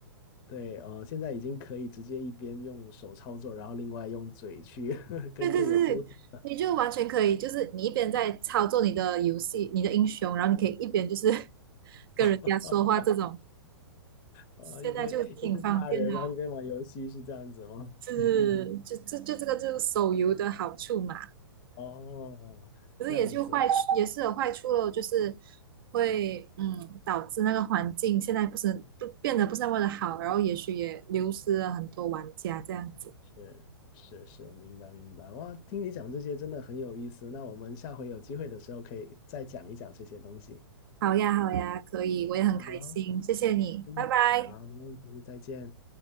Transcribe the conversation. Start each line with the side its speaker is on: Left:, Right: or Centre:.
Left: 对，呃，现在已经可以直接一边用手操作，然后另外用嘴去 <laughs> 跟队友沟通了。
Right: 对对对，你就完全可以，就是你一边在操作你的游戏，你的英雄，然后你可以一边就是 <laughs> 跟人家说话这种，
Left: <laughs> 啊，
Right: 现在就挺方便的哦，
Left: 一边一边骂人，然后一边玩游戏，是这样子吗？
Right: 是就就就这个就是手游的好处嘛，
Left: <laughs> 哦，
Right: 可是也就坏，
Left: 这样子，
Right: 也是有坏处咯，就是会嗯导致那个环境现在不是不变得不是那么的好，然后也许也流失了很多玩家这样子。
Left: 是是是，明白明白。哇，听你讲这些真的很有意思。那我们下回有机会的时候可以再讲一讲这些东西。
Right: 好呀，好呀，可以，我也很开心，
Left: 好，
Right: 谢谢你，
Left: 嗯，
Right: 拜拜。
Left: 好，没问题，再见。